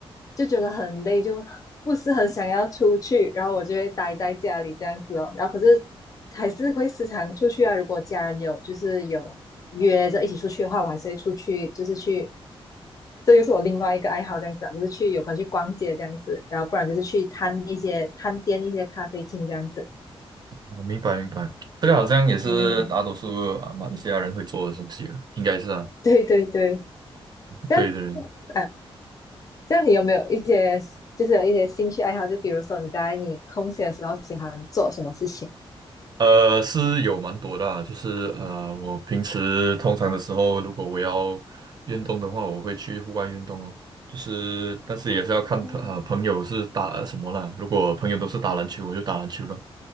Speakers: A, on the left; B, on the right.
A: 就觉得很累，就不是很想要出去，然后我就会待在家里这样子哦。然后可是还是会时常出去啊，如果家人有就是有约着一起出去的话，我还是会出去，就是去。这就是我另外一个爱好，这样子啊，就是去有空去逛街这样子，然后不然就是去探一些探店一些咖啡厅这样子。
B: 啊明白明白，这个好像也是大多数啊马来西亚人会做的东西啊，
A: 嗯，
B: 应该是啊。
A: 对对对，这样
B: 对对
A: 啊，这样你有没有一些就是有一些兴趣爱好？就比如说你在你空闲的时候喜欢做什么事情？
B: 呃，是有蛮多的啊，就是呃，我平时通常的时候，如果我要运动的话，我会去户外运动哦。就是，但是也是要看朋啊、
A: 嗯
B: 朋友是打什么啦。如果朋友都是打篮球，我就打篮球咯。